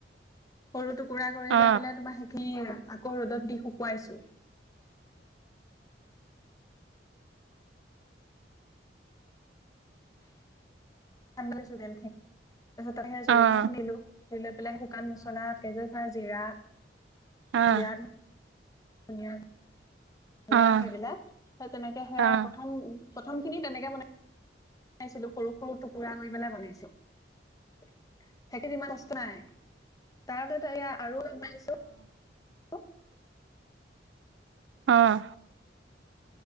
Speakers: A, on the left (about 20°); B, on the right (about 85°).
A: সৰু টু কুৰা কৰি
B: অ
A: লৈ পেলাই তোমাৰ নি আকৌ ৰ'দত দি শুকুৱাইছোঁ। <unintelligible> তাৰছত তাতে সেই জলকীয়াখিনি
B: অ অ
A: দিলোঁ। দিলে লে শুকান মছলা বা জিৰা
B: অ'।
A: জিৰা ধনিয়া গুৰা
B: অ অ
A: সেইবিলাক, সেই তেনেকে সেয়া
B: অ
A: প্ৰথম প্ৰথম খিনি তেনেকে বনাই বাইছিলো, সৰু-সৰু টুকুৰা কৰি পেলাই বনাইছো। সেইখিনি ইমান কষ্ট নাই। তাৰ পিছত এয়া আৰু অলপ বঢ়াইছো।
B: অহ।